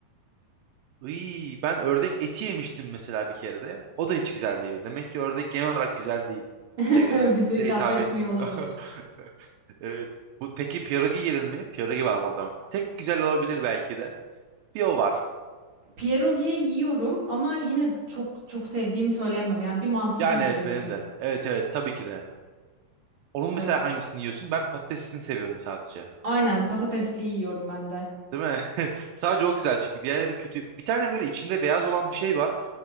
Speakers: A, on the right; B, on the right.
A: Iy, ben ördek eti yemiştim mesela bir kere de. O da hiç güzel değildi. Demek ki ördek genel olarak güzel değil
B: <laughs>
A: bize göre.
B: Bize
A: Bize
B: hitap
A: hitap
B: etmiyor
A: etmiyor.
B: olabilir.
A: <laughs> Evet. Bu, peki pierogi yedin mi? Pierogi var burada. Tek güzel olabilir belki de. Bir o var.
B: Pierogi yiyorum ama yine çok çok sevdiğimi söyleyemem. Yani bir mantı
A: Yani
B: değil benim
A: evet
B: için.
A: benim de. Evet evet tabii ki de. Onun
B: E,
A: mesela hangisini yiyorsun? Ben patatesini seviyorum sadece.
B: aynen patatesli yiyorum ben de.
A: Değil mi? <laughs> Sadece o güzel çünkü diğerleri kötü. Bir tane böyle içinde beyaz olan bir şey var.